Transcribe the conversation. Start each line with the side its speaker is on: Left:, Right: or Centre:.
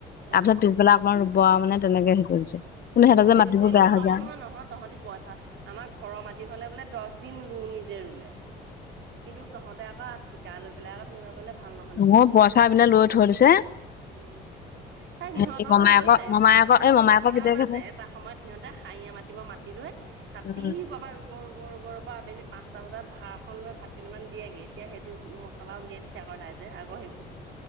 Left: তাৰ
Right: অ
Left: পিছত পিছবেলা অকণমান ৰুব আও মানে তেনেকে হেৰি কৰিছে। কিন্তু সিহঁতৰ
Right: উম,
Left: যে
Right: সেইটো
Left: মাটিবোৰ
Right: কৰিলে
Left: বেয়া
Right: নহ'ব
Left: হৈ যায়
Right: নহয়। নহয় তহঁতি পইচা, আমাৰ ঘৰৰ মাটি হ'লে বোলে দছ <unintelligible> ৰুম নিজে ৰুলে। কিন্তু তহঁতে আকৌ ঠিকা লৈ পেলাই আকৌ তেনেকুৱা কৰিলে ভাল নহয় নহয়।
Left: মোৰ পইচা পিনে লৈ থৈ দিছে
Right: উম, এ সিহঁতৰ
Left: হেৰি মমায়েকৰ
Right: হৈছে
Left: মমায়েকৰ
Right: সিহঁতৰ
Left: এই মমায়েকৰ
Right: মছলা
Left: পিতেক
Right: ওলাইছে
Left: হেনো
Right: এটা সময়ত সিহঁতে খাই এয়া মাতিব মাতিলৈ, ৰাতিপুৱা
Left: উম
Right: পৰা ৰুব-ৰুব ৰুব, ৰুব, ৰুব, আবেলি পাঁচটা বজাত ভাৰ খন লৈ ভাত কেইটামান দিয়েগে, এতিয়া সেইটো মছলা উলিয়াই দিছে আকৌ তাই যে আকৌ সেইবোৰ।